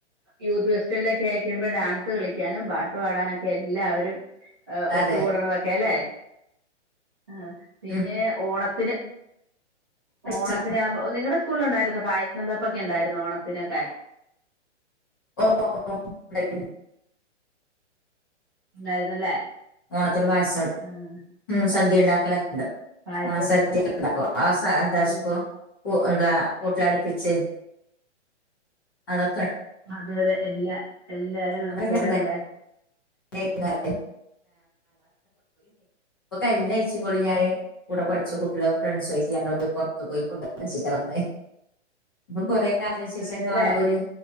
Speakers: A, on the right (about 20°); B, on the left (about 20°).
A: യൂത്ത് ഫെസ്റ്റിവലൊക്കെ ആയിക്കഴിയ്മ്പോ ഈ ഡാൻസ് കളിക്കാനും പാട്ട് പാടാനൊക്കെ എല്ലാവരും ഒത്തുകൂടണതൊക്കെ
B: അതെ
A: അല്ലേ ആ പിന്നെ
B: ഉം.
A: ഓണ പിന്നെ
B: രസാണ്.
A: ഓണത്തിന് ആവുമ്പ നിങ്ങടെ സ് സ്കുൾല്ണ്ടായിരുന്നൊ പായസം വെപ്പൊക്കെ ഉണ്ടായിരുന്നൊ ഓണത്തിനൊക്കെ
B: ഓ ഓ ണ്ടായി നി
A: ഉണ്ടായിരുന്നല്ലേ
B: ഓണത്തിന് പായസം
A: ആഹ്
B: ഉ
A: ഓ
B: സദ്യ ഉണ്ടാക്കലൊക്കണ്ട്
A: പായസം
B: ഓണ സദ്യൊക്ക
A: വെച്ച്
B: ഉണ്ടാക്കും ആ
A: ആഹ്
B: <unintelligible> പൂ <unintelligible> ലട്പ്പിച്ച് അതൊ
A: അതെ അതെ എല്ല എല്ലാരും
B: അതൊക്കെ
A: കൂടെ ഉണ്ടാക്കി
B: <unintelligible> ഇപ്പൊ കഴിഞ്ഞ ആഴ്ച്ചിം കൂടി ഞാന് കൂടെ പഠിച്ച കുട്ടികള ഫ്രണ്ട്സയിട്ട് ഞങ്ങൾ പോയി പുറത്തു പോയി ഫുഡ് ഒക്കെ കഴിച്ചിട്ടാവന്നേ പ്പം കൊറെ അതിനു ശേഷം
A: അതെല്ലേ
B: കാണുമ്പോ ഒരു